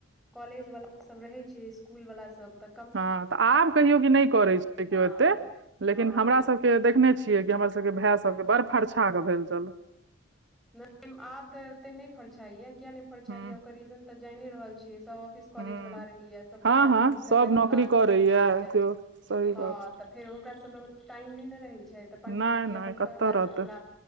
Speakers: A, in the centre; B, on the right (about 65°).
A: कॉलेज वा सब रहै छै इसकुल वाला सब त
B: हँ तऽ आब कहियो क नहि करे छै
A: हँ
B: केओ एते
A: हँ
B: लेकिन हमरा सबके के देखने छियै कि हमर सब के भाय सब के बड़ फरछा के भेल छल
A: नहि आब तऽ ओऊते नहि फरछाईया किया फरछाईया
B: हूँ
A: ओकर रीजन तऽ जानए रहल छियै सब ऑफिस कॉलेज
B: हूँ
A: वला रहैया सब
B: हँ
A: बाहर
B: हँ
A: भी इतर
B: सब
A: रहे वालला
B: नौकरी
A: आदमी
B: करैया
A: सब रहैया
B: केओ सही
A: हँ
B: बात
A: तऽ फेर ओकरा सब लग टाइम नहि ने रहे छै तऽ पंडीजी
B: नहि
A: के
B: नहि
A: अपन
B: कतऽ
A: कहला
B: रहतै
A: जे हमरा